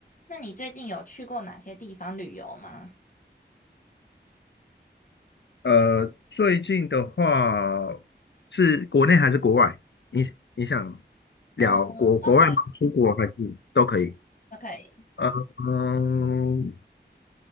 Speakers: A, on the left; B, on the left.
A: 那你最近有去过哪些地方旅游吗？
B: 呃，最近的话是国内还是国外？你你想聊国国外吗？
A: 嗯，都可以，
B: 出国还是都可以？
A: 都可以。
B: 呃嗯，